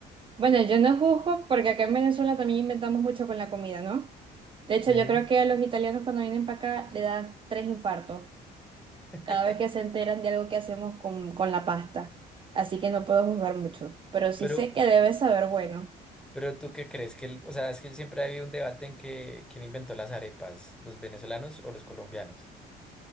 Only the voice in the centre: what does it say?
Sí.
<laughs>
Pero,
pero ¿tú qué crees? Que el- o sea, es que siempre ha habido un debate en que quién inventó las arepas, los venezolanos o los colombianos.